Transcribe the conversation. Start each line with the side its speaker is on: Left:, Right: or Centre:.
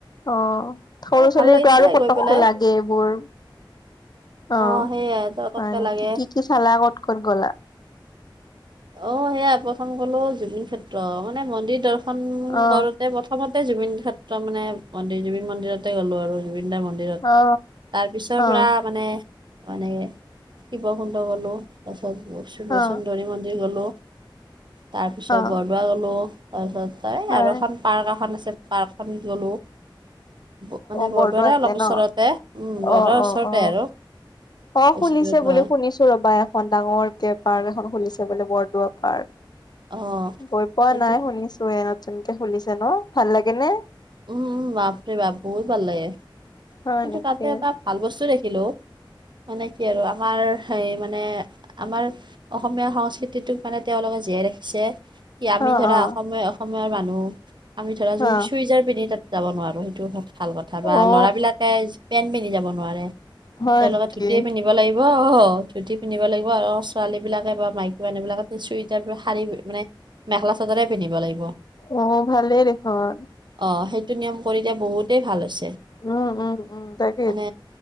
Left: অ', সৰু
Right: এ
Left: ছোৱালীৰটো
Right: ভাল লাগিছে
Left: আৰু পতককে
Right: গৈ পেলাই
Left: লাগে এইবোৰ। অ',
Right: অ সেইয়াই তততে
Left: হয় নেকি
Right: লাগে
Left: কি কি চালা ক'ত ক'ত গ'লা?
Right: অ', সেয়া প্ৰথম গ'লো জুবিন ক্ষেত্ৰ মানে মন্দিৰ দৰ্শন
Left: অ
Right: কৰোতে প্ৰথম প্ৰথমতে জুবিন ক্ষেত্ৰ মানে মন্দিৰ জুবিন মন্দিৰতে গ'লো আৰু জুবিনদাৰ মন্দিৰ তমন্দিৰত
Left: অ
Right: তাৰ পিছৰ
Left: অ
Right: পৰা মানে মানে শিৱকুণ্ড গ'লো। তাৰ পিছত শিব
Left: অ
Right: চুন্দৰী মন্দিৰ গ'লো, তাৰপিছতৰ
Left: অ
Right: বৰদোৱা গ'লো তাৰপিছত ত'
Left: হয়
Right: আৰু এখন পাৰ্ক এখন আছে পাৰ্কখন গ'লো। মানে
Left: অ বৰদোৱাতে
Right: বৰদোৱাৰে অলপ
Left: ন
Right: ওচৰতে উম, বৰদোৱাৰ
Left: অ অ
Right: ওচৰতে
Left: অ
Right: আৰু।
Left: অ',
Right: বেছি
Left: খুলিছে
Right: দূৰত নহয়
Left: বুলি শুনিছো ৰ'বা এখন ডাঙৰকে পাৰ্ক এখন খুলিছে বোলে বৰদোৱা পাৰ্ক।
Right: অ
Left: গৈ পোৱা
Right: সেইটো
Left: নাই শুনিছো এ নতুনকে খুলিছে ন' ভাল লাগে নে?
Right: উম, উম, বাপৰে বাপ বহুত ভাল লাগে।
Left: হয়
Right: কিন্তু
Left: নেকি
Right: তাতে এটা ভাল বস্তু দেখিলো। মানে কি আৰু আমাৰ সেই মানে আমাৰ অসমীয়া সংস্কৃতিটোক মানে তেওঁলোকে জীয়াই ৰাখিছে। কি আমি
Left: অ
Right: ধৰা
Left: অ
Right: অসমীয়া-অসমৰ মানুহ আমি ধৰা
Left: অ
Right: চুইজাৰ পিন্ধি তাত যাব নোৱাৰো সেইটো। ভাল কথা বা
Left: অ
Right: ল'ৰা বিলাকে পেন্ট পিন্ধি যাব নোৱাৰে,
Left: হয়
Right: তেওঁলোকে
Left: নেকি
Right: ধুতিয়ে পিন্ধিব লাগিব অহ, ধুতি পিন্ধিব লাগিব, আৰু ছোৱালী বিলাকে বা মাইকী মানুহ বিলাকে চুইজাৰ, শাৰী মানে মেখেলা চাদৰে পিন্ধিব লাগিব।
Left: অ ভালেই দেখোন
Right: অ', সেইটো নিয়ম কৰিলে বহুতেই ভাল হৈছে।
Left: উম, উম, উম তাক
Right: মানে